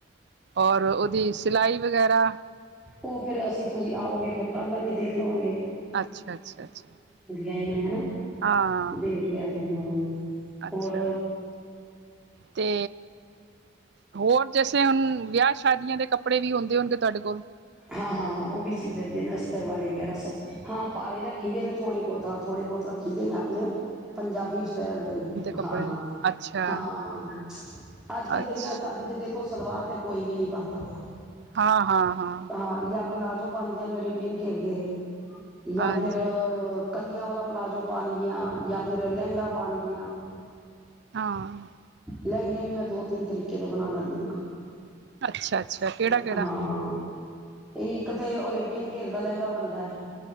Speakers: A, on the right (about 60°); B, in the centre.
A: ਔਰ ਓਦੀ ਸਿਲਾਈ ਵਗੈਰਾ?
B: ਉ ਫੇਰ ਅਸੀਂ ਤੁਸੀਂ ਆਓਗੇ, ਫੇਰ ਕਰ ਲਾਂਗੇ, ਦੇਖ ਲਵਾਂਗੇ।
A: ਅੱਛਾ-ਅੱਛਾ-ਅੱਛਾ।
B: ਐਂਈ ਨੇ ਹਨਾ?
A: ਆਂ,
B: ਦੇਖ ਲਿਆ ਜੇ ਹੂੰ
A: ਅੱਛਾ,
B: ਹੋਰ
A: ਤੇ ਹੋਰ ਜੈਸੇ ਹੁਣ ਵਿਆਹ ਸ਼ਾਦੀਆਂ ਦੇ ਕੱਪ ਕੱਪੜੇ ਵੀ ਹੋਂਂਦੇ ਹੋਣਗੇ, ਤੁਹਾਡੇ ਕੋਲ
B: ਹਾਂ-ਹਾਂ-ਹਾਂ ਓਹ ਵੀ ਸੀ, ਦਿੰਦੇ ਨੇ ਅਸਤਰ ਵਾਲੇ ਗੈਰਾ ਸੋ ਹਾਂ ਭਾਰੇ ਰੱਖੀ ਦੇ ਨੇ ਥੋੜੇ ਬਹੁਤ ਹਾਂ ਥੋੜੇ ਬਹੁਤ ਰੱਖੀ ਦੇ ਨੇ ਆਪਣੇ ਪੰਜਾਬੀ ਸਟਾਈਲ ਦੇ
A: ਕੱਪੜੇ
B: ਹਾਂ-ਹਾਂ-ਹਾਂ,
A: ਅੱਛਾ
B: ਅੱਜ ਕੱਲ
A: ਅੱਛ
B: ਦੇ ਵਿਆਹ ਸ਼ਾਦੀ ਚ ਦੇਖੋ, ਸਲਵਾਰ ਦੇ ਕੋਈ ਵੀ ਨਹੀ ਪਾਂਦਾ ਪਿਆ।
A: ਹਾਂ-ਹਾਂ-ਹਾਂ।
B: ਹਾਂ, ਜਾਂ ਪਲਾਜੋ ਪਾਦੀਆਂ ਨੇ ਰੇਬੀਅਨ ਘੇਰਦੇ। ਜਾਂ
A: ਹਾਂਜੀ
B: ਫਿਰ, ਕੱਲੀਆਂ ਵਾਲਾ ਪਲਾਜੋ ਪਾਉਣਗੀਆਂ, ਜਾਂ ਫਿਰ ਲਹਿੰਗਾ ਪਾਉਣਗੀਆਂ
A: ਹਾਂ
B: ਲਹਿਂਗੇ ਵੀ ਮੈਂ ਦੋ ਤਿੰਨ ਤਰੀਕੇ ਕਿਤੇ ਬਣਾ ਲੈਂਦੀ ਹਾਂ-ਹਾਂ।
A: ਅੱਛਾ ਅੱਛਾ ਕਿਹੜਾ ਕਿਹੜਾ
B: ਇੱਕ ਤੇ ਰੇ ਬਿਨ ਘੇਰ ਦਾ ਲਹਿੰਗਾ ਬਣਦਾ ਹੈ,